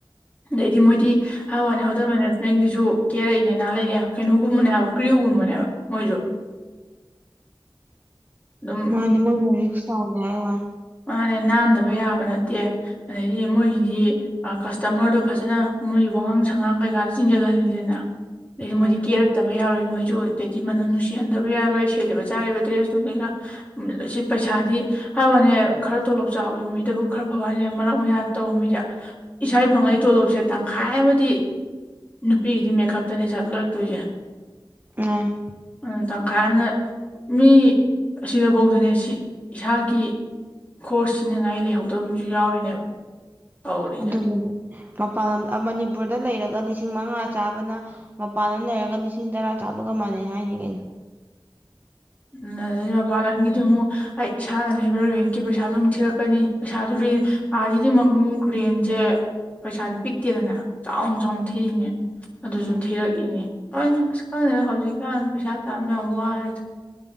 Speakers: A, on the left; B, on the right.
A: ꯑꯗꯩꯗꯤ ꯃꯣꯏꯗꯤ ꯍꯥꯏꯕ ꯋꯥꯅꯦ ꯍꯣꯇꯦꯜ ꯃꯦꯅꯦꯖꯃꯦꯟꯒꯤꯁꯨ ꯀꯦꯔꯛꯏꯅꯦ ꯅꯥꯜꯂꯛꯢꯅꯦ ꯀꯩꯅꯣꯒꯨꯝꯕꯅꯦ ꯍꯥꯏꯕ ꯀ꯭ꯔꯤꯌꯨꯒꯨꯝꯕꯅꯦꯕ ꯃꯣꯏꯖꯨ ꯑꯗꯨꯝ
B: ꯃꯥꯅꯦ ꯃꯣꯏꯅ ꯔꯤꯛꯁ ꯆꯥꯎꯗꯦ ꯍꯥꯢ ꯋꯥꯅꯦ
A: ꯃꯥꯅꯦ ꯅꯥꯟꯗꯕ ꯌꯥꯕ ꯅꯠꯇꯦ ꯑꯗꯩꯗꯤ ꯃꯣꯏꯒꯤꯗꯤ ꯐ ꯀꯁꯇꯃꯔꯗꯣ ꯐꯖꯅ ꯃꯣꯏꯒꯤ ꯋꯥꯉꯥꯡ ꯁꯉꯥꯡ ꯀꯩꯀꯥꯗ ꯆꯤꯡꯖꯜꯍꯟꯂꯤꯅꯤꯗꯥꯅ ꯑꯗꯩꯗꯤ
B: ꯎꯝ
A: ꯃꯣꯢꯗꯤ ꯀꯦꯔꯛ ꯇꯕ ꯌꯥꯔꯣꯏ ꯃꯣꯏꯖꯨ ꯑꯗꯩꯗꯤ ꯃꯅꯝ ꯅꯨꯡꯁꯤꯍꯟꯗꯕ ꯌꯥꯔꯣꯏ ꯁꯦꯠꯂꯤꯕ ꯆꯥꯔꯤꯕ ꯗ꯭ꯔꯦꯁ ꯅꯨꯡ ꯀꯩꯀꯥ ꯎꯝ ꯁꯤ ꯄꯩꯁꯥꯗꯤ ꯍꯥꯏꯋꯥꯅꯦ ꯈꯔ ꯇꯣꯂꯣꯞ ꯆꯥꯎꯕ ꯃꯤꯗꯕꯨ ꯈꯔ ꯐꯕ ꯋꯥꯅꯦ ꯃꯔꯛ ꯃꯌꯥ ꯇꯧꯕ ꯃꯤꯗꯤ ꯏꯁꯥꯢ ꯐꯪꯉꯛꯏ ꯇꯣꯂꯣꯞꯁꯦ ꯇꯪꯈꯥꯏ ꯑꯃꯗꯤ ꯅꯨꯄꯤꯒꯤꯗꯤ ꯃꯦꯀꯞꯇꯅꯦ ꯆꯠꯂꯛꯇꯣꯏꯁꯦ
B: <unintelligible>
A: ꯑꯗꯨꯅ ꯇꯪꯈꯥꯏ ꯑꯃꯅ ꯃꯤ ꯑꯁꯤꯗꯚꯧꯗꯅꯦ ꯁꯤ ꯏꯁꯥꯒꯤ ꯈꯣꯔꯁ ꯁꯤꯅꯉꯥꯏ ꯂꯩꯍꯧꯗꯕ ꯃꯤꯖꯨ ꯌꯥꯎꯔꯤꯅꯦꯕ ꯇꯧꯔꯤꯁꯦ
B: ꯑꯗꯨꯕꯨꯕꯨ ꯃꯄꯥꯟ ꯂꯝ ꯑꯥ ꯃꯅꯤꯄꯨꯔꯗ ꯂꯩꯔꯒ ꯂꯤꯁꯤꯡ ꯃꯉꯥ ꯆꯥꯕꯅ ꯃꯄꯥꯟ ꯂꯝ ꯂꯩꯔꯒ ꯂꯤꯁꯤꯡ ꯇꯔꯥ ꯆꯥꯕꯒ ꯃꯥꯟꯅꯩ ꯍꯥꯏꯅꯤ ꯀꯩꯅꯣ
A: ꯎꯝ ꯑꯥ ꯃꯄꯥꯟꯂꯝꯒꯤꯗꯤ ꯑꯃꯨꯛ ꯑꯩ ꯏꯁꯥꯅ ꯂꯩꯕ ꯔꯦꯟꯀꯤ ꯄꯩꯁꯥꯗꯨ ꯑꯃꯨꯛ ꯊꯤꯔꯛꯀꯅꯤ ꯄꯩꯁꯥꯁꯨ ꯔꯦꯟ ꯑꯥꯒꯤꯗꯤ ꯑꯃꯨꯛ ꯔꯦꯟꯖꯦ ꯄꯩꯁꯥꯗꯤ ꯄꯤꯛꯇꯦꯗꯅ ꯆꯥꯎꯅ ꯆꯥꯎꯅ ꯊꯤꯔꯤꯅꯦ ꯑꯗꯨꯁꯨ
B: ꯎꯝ
A: ꯊꯤꯔꯛꯏꯅꯤ ꯍꯣꯏꯅꯦ ꯑꯁ ꯈꯪꯗꯦꯗ ꯍꯧꯖꯤꯛꯀꯥꯟ ꯄꯩꯁꯥ ꯇꯥꯟꯕ ꯌꯥꯝ ꯋꯥꯔꯦꯗ